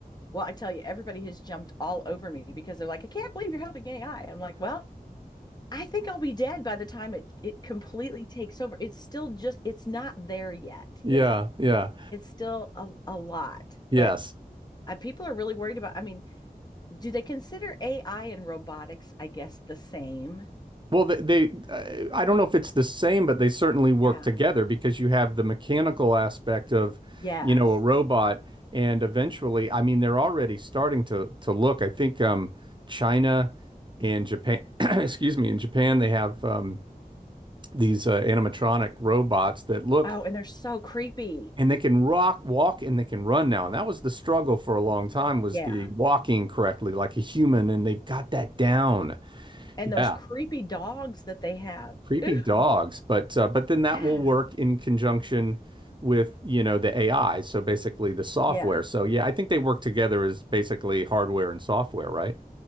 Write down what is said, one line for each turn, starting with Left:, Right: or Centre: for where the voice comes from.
Left: Well, I tell you, everybody has jumped all over me because they're like, I can't believe you're helping AI. I'm like, well, I think I'll be dead by the time it it completely takes over. It's still just, it's not there yet,
Right: Yeah,
Left: you know.
Right: yeah,
Left: It's still a, a lot,
Right: yes.
Left: but uh, people are really worried about, I mean, do they consider AI and robotics, I guess, the same?
Right: Well, they, they uh, I don't know if it's the same, but they certainly work
Left: Yeah.
Right: together because you have the mechanical aspect of,
Left: Yes.
Right: you know, a robot, and eventually, I mean, they're already starting to to look. I think um, China and Japan, <clears throat> excuse me, in Japan they have um, these uh, animatronic robots that look
Left: Oh, and they're so creepy.
Right: and they can rock, walk, and they can run now. And that was the struggle for a long time was
Left: Yeah.
Right: the walking correctly like a human, and they've got that down.
Left: And
Right: Yeah.
Left: those creepy dogs that they have.
Right: creepy
Left: Ooh.
Right: dogs, but uh, but then that
Left: Yeah.
Right: will work in conjunction with, you know, the AI, so basically the software.
Left: Yeah.
Right: So yeah, I think they work together as basically hardware and software, right?